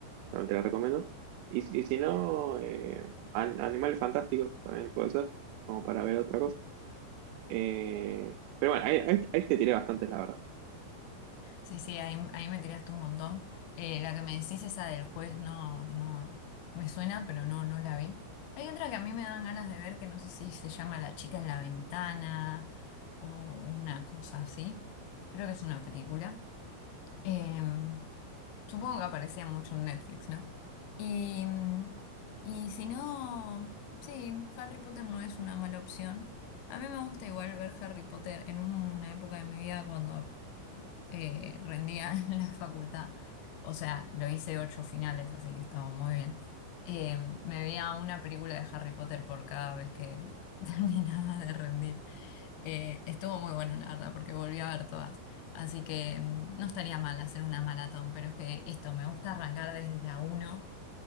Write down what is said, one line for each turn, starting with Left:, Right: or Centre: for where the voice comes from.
Right: también te la recomiendo. Y, si- y si no, eh, An- Animales Fantásticos también puede ser, como para ver otra cosa. Eh, pero bueno, ahí, ahí- ahí te tiré bastante, la verdad.
Left: Sí, sí, ahí, ahí me tiraste un montón. Eh, la que me decís, esa del juez, no, no, me suena, pero no, no la vi. Hay otra que a mí me dan ganas de ver, que no sé si se llama La chica en la ventana o una cosa así. Creo que es una película. Eh, supongo que aparecía mucho en Netflix, ¿no? Y, y si no, sí, Harry Potter no es una mala opción. A mí me gusta igual ver Harry Potter en una época de mi vida cuando eh, rendía <laughs> en la facultad. O sea, lo hice ocho finales, así que estaba muy bien. Eh, me veía una película de Harry Potter por cada vez que <laughs> terminaba de rendir. Eh, estuvo muy bueno, la verdad, porque volví a ver todas. Así que mm, no estaría mal hacer una maratón, pero es que esto me gusta arrancar desde la uno.